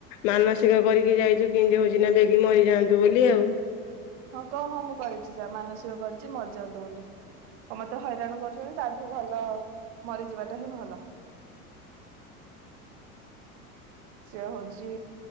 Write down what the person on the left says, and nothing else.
ମାନସିକ କରିକି ଯାଇଛୁ କେମିତି ହଉଛି ନା ବେଗି ମରିଯାଆନ୍ତୁ ବୋଲି ଆଉ,